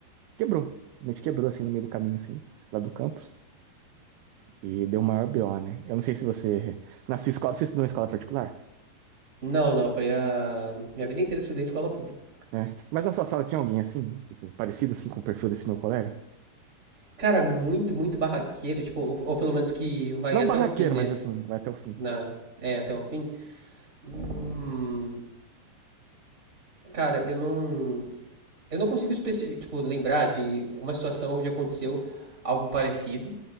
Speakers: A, on the right (about 80°); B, on the right (about 20°).
A: quebrou, simplesmente quebrou, assim, no meio do caminho, assim, lá do campus. E deu maior BO, né? Eu não sei se você. Na sua escola, você estudou em escola particular?
B: Não, não, foi a... Minha vida inteira eu estudei em escola pública.
A: Né? Mas na sua sala tinha alguém assim, tipo, parecido assim com o perfil desse meu colega?
B: Cara, muito, muito barraqueiro, tipo, ou, ou pelo menos que vai
A: Não
B: até
A: barraqueiro,
B: o fim, né?
A: mas assim, vai até o fim.
B: Na, é, até o fim. Hum, cara, eu não, eu não consigo especi- tipo, lembrar de uma situação onde aconteceu algo parecido,